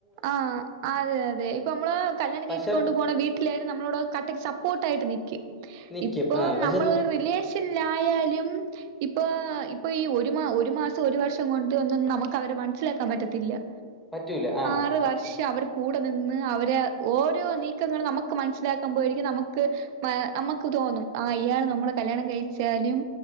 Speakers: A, on the right; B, in the centre.
A: ആഹ് അതെ അതെ. ഇപ്പൊ നമ്മളെ കല്യാണം കഴിച്ചു
B: പക്ഷെ
A: കൊണ്ട് പോണ വീട്ടിലായാലും നമ്മളോട് കട്ടക്ക് സപ്പോർട്ടായിട്ട് നിക്കും.
B: നിക്കും.
A: ഇപ്പോ
B: ആഹ് പക്ഷെ
A: നമ്മളൊരു റിലേഷൻലായാലും ഇപ്പൊ ഇപ്പൊ ഈ ഒരു മാ ഒരു മാസം ഒരു വർഷം കൊണ്ട് ഒന്നും നമുക്കവരെ മനസ്സിലാക്കാൻ പറ്റത്തില്ലാ.
B: പറ്റൂല ആഹ്.
A: ആറ് വർഷം അവരെ കൂടെ നിന്ന് അവരെ ഓരോ നീക്കങ്ങള് നമ്മക്ക് മൻസ്സിലാക്കുമ്പോ ആയിരിക്കും നമുക്ക് മാ അമ്മക്ക് തോന്നും ആഹ് ഇയാള് നമ്മളെ കല്യാണം കഴിച്ചാലും,